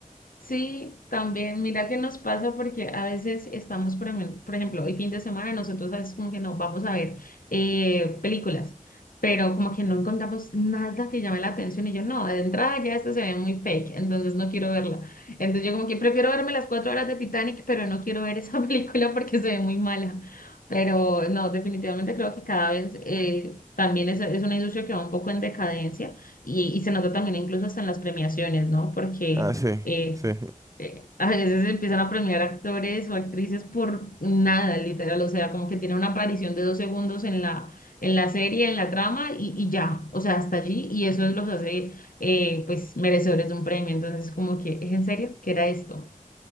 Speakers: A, on the left; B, on the right.
A: Sí, también, mira qué nos pasa porque a veces estamos, por ejem- por ejemplo, el fin de semana nosotros a veces como que nos vamos a ver eh, películas, pero como que no encontramos nada que llame la atención y yo no, de entrada ya esta se ve muy fake, entonces no quiero verla. Entonces yo como que prefiero verme las cuatro horas de Titanic, pero no quiero ver esa <laughs> película porque se ve muy mala. Pero no, definitivamente creo que cada vez eh, también es, es una industria que va un poco en decadencia y, y se nota también incluso hasta en las premiaciones, ¿no? Porque
B: Ah, sí,
A: eh,
B: sí.
A: eh, <laughs> a veces empiezan a premiar actores o actrices por nada, literal, o sea, como que tiene una aparición de dos segundos en la, en la serie, en la trama y, y ya, o sea, hasta allí y eso los hace eh, pues merecedores de un premio, entonces como que, ¿es en serio? ¿Qué era esto?